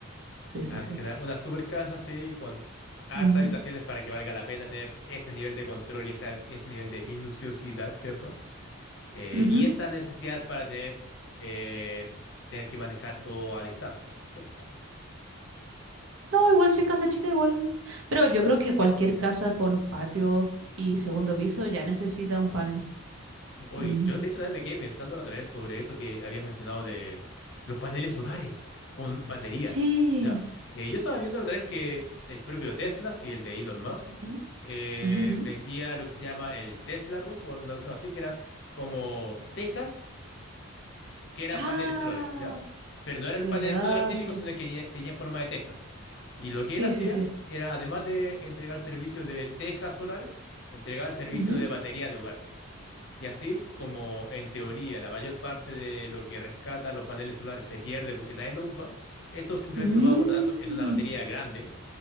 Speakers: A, on the right (about 65°); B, on the left (about 55°).
A: sí, sí,
B: Antes
A: sí.
B: que nada, una super casa así con harta
A: Ujú,
B: habitaciones para que valga la pena tener ese nivel de control y esa- y ese nivel de minuciosidad, ¿cierto? Eh,
A: ujú.
B: y esa necesidad para tener, eh, tener que manejar todo a distancia, ¿cierto?
A: No, igual si es casa chica, igual. Pero yo creo que cualquier casa con patio y segundo piso ya necesita un panel.
B: Oye,
A: Mm.
B: yo de hecho también me quedé pensando la otra vez sobre eso que habías mencionado de los paneles solares con baterías,
A: Sí.
B: ¿ya? Eh, yo estaba viendo la otra vez que el propio Tesla, sí, el de Elon Musk,
A: Ujú,
B: eh,
A: ujú, ujú.
B: vendía lo que se llama el Tesla Roof o alguna cuestión así, que eran como tejas que eran
A: Ah,
B: paneles solares, ¿ya? Pero no era el
A: ¿verdad?
B: panel solar típico,
A: Sí.
B: sino que tenía, tenía en forma de tejas. Y lo
A: Sí,
B: que él hacía
A: sí, sí.
B: era, además de entregar servicio de tejas solares, entregar servicio
A: Ujú.
B: de batería de hogar. Y así como en teoría la mayor parte de lo que rescata los paneles solares se pierde porque nadie lo ocupa, esto simplemente
A: Mm,
B: lo va guardando en una batería grande